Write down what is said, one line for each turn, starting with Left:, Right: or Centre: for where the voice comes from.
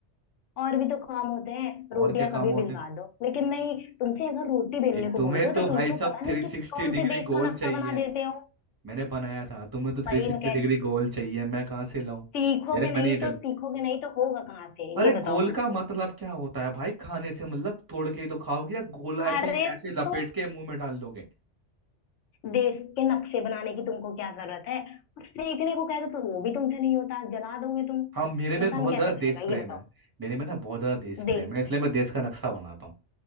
Left: और भी तो काम होते हैं
Right: और
Left: रोटियां
Right: क्या काम
Left: कभी
Right: होते
Left: बिलवा
Right: हैं
Left: दो लेकिन नहीं तुमसे अगर रोटी बेलने
Right: भाई
Left: को
Right: तुम्हें
Left: बोल दो
Right: तो
Left: तो
Right: भाई
Left: तुम
Right: साहब
Left: तो पता
Right: थ्री
Left: नहीं
Right: सिक्सटी
Left: कि कौन
Right: डिग्री
Left: से देश
Right: गोल
Left: का नक्शा
Right: चाहिए
Left: बना देते हो
Right: मैंने बनाया था तुम्हें तो थ्री
Left: भाई
Right: सिक्सटी
Left: मैं कह
Right: डिग्री गोल चाहिए मैं कहाँ से लाऊं
Left: सीखोगे
Right: मेरे मैंने
Left: नहीं
Right: ये
Left: तो
Right: टल
Left: सीखोगे नहीं तो होगा कहाँ से
Right: अरे
Left: ये बताओ
Right: गोल
Left: हमको
Right: का मतलब क्या होता है भाई खाने से मतलब तोड़ के ही तो खाओगे या गोला ऐसे
Left: अरे
Right: ही ऐसे लपेट
Left: तो
Right: के मुंह में डाल लोगे
Left: देश के नक्शे बनाने की तुमको क्या जरूरत है और सीखने को कह दो तो वो भी तुमसे नहीं होता जला दोगे तुम
Right: हाँ मेरे में
Left: इंसान
Right: बहुत ज्यादा
Left: कैसे
Right: देश
Left: खाएगा
Right: प्रेम
Left: ये बताओ
Right: है मेरे में ना बहुत ज्यादा देश
Left: देश
Right: प्रेम है इसलिए
Left: प्रेम।
Right: मैं देश का नक्शा बनाता हूँ